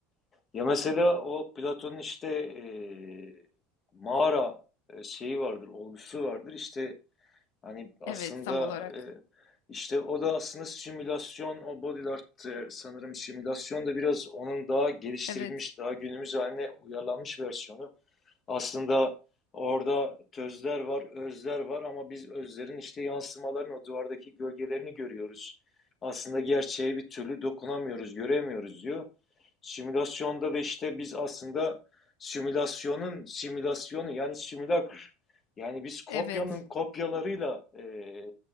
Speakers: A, on the left; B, on the left.
A: Ya mesela o Platon'un işte eee, mağara e, şeyi vardır, olgusu vardır. İşte hani aslında
B: Evet, tam olarak.
A: e, işte o da aslında simülasyon, o body art e, sanırım simülasyon da biraz onun daha geliştirilmiş,
B: Evet,
A: daha günümüz haline uyarlanmış versiyonu. Aslında orada tözler var, özler var ama biz özlerin işte yansımalarını, o duvardaki gölgelerini görüyoruz. Aslında gerçeğe bir türlü dokunamıyoruz, göremiyoruz diyor. Simülasyonda da işte biz aslında simülasyonun simülasyonu yani simülakr. Yani biz kopyanın
B: evet,
A: kopyalarıyla eee